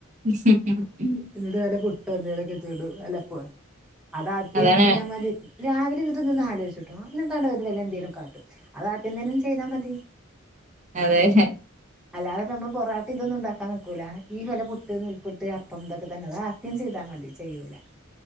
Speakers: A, on the right; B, in the centre.
A: ഉംഹ് ഹ്
B: എന്നിട്ട് നല്ല പുട്ടൊന്തിലൊക്കെ ചുടും അല്ലപോ അതാദ്യം
A: അതാണ്
B: എന്ത്യതാമതി രാവിലെ ര്ന്നിട്ട് നിന്ന് ആലോചിട്ടോ എന്നിട്ട് വല്ലുഎന്തേലും കാട്ടും അത് ആദ്യം തന്നെങ്ങ്ട്ട് ചെയ്താൽ മതി
A: അതെ ഹ
B: അല്ലാതെ പ്പമ്മള് പൊറട്ട ഇതൊന്നും ഉണ്ടാക്കാൻ നിക്കൂല ഈ വല പുട്ട് നൂൽപുട്ട് അപ്പം ഇതൊക്കെ തന്നെതാ ത്തി ചെയ്താൽ മതി ചെയ്യൂല